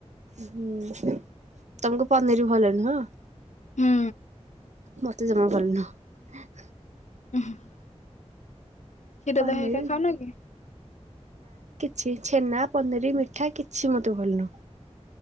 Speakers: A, on the right; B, on the left.
A: ହୁଁ ତମକୁ ପନିର ଭଲ ନୁହଁ?
B: ହୁଁ।
A: ମତେ ଜମା ଭଲ ନୁହଁ।
B: ହୁଁ କ୍ଷୀର
A: ପନିର
B: ଦହି ଏକା ଖାଉନ କି?
A: ଛେ ଛେନା, ପନିରୀ, ମିଠା କିଛି ମତେ ଭଲ ନୁହଁ।